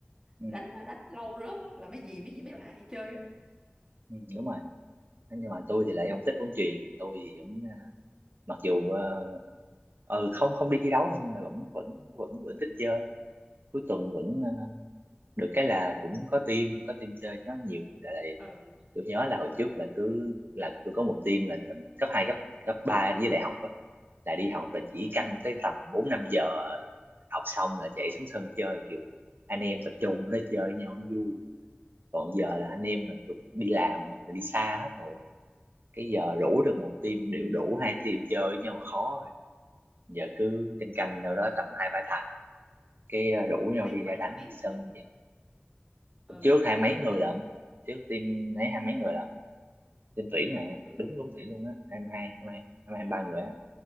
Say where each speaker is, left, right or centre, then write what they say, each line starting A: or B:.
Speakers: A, on the right (about 60°); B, on the right (about 20°).
A: ừ,
B: đánh đánh lâu rớt lắm là mấy dì mấy mấy bà hay chơi á.
A: ừ, đúng rồi nhưng mà tôi thì lại không thích bóng chuyền tôi thì vẫn mặc dù ờ, ừ không không đi thi đấu thôi nhưng mà vẫn vẫn vẫn vẫn thích chơi cuối tuần vẫn ờ, được cái là cũng có team có team chơi nó nhiều lại
B: ừ.
A: tôi nhớ là hồi trước là cứ là tôi có một team là tầm cấp hai cấp cấp 3 với đại học á là đi học là chỉ
B: ừ.
A: canh tới tầm bốn năm giờ học xong là chạy xuống sân chơi kiểu anh em tập trung đó chơi với nhau nó vui còn giờ là anh em là tụi- đi làm hoặc là đi xa hết rồi á. cái giờ rủ được một team đều đủ hai team chơi với nhau khó giờ cứ canh canh
B: ờ.
A: đâu đó tầm hai ba thằng cái ờ, rủ nhau
B: Tiên
A: đi
B: các
A: ra
B: bạn
A: đánh
B: là mấy
A: cái sân
B: người
A: vậy
B: ừ
A: trước hai
B: Tiên
A: mấy
B: các bạn
A: người
B: là mấy người
A: lận trước team ấy hai mấy người lận team tuyển mà
B: dữ
A: đúng đúng tuyển luôn á hai mươi hai hai mươi hai hai mươi ba người á